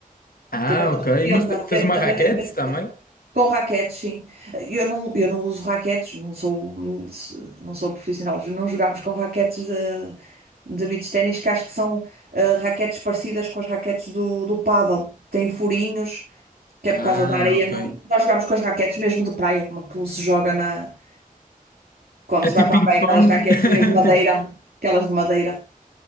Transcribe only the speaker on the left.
Ah,
ok. Mas te-
tens
uma
raquete
também?
Ah,
ok.
É
tipo
ping-pong?
<laughs>
Tipo.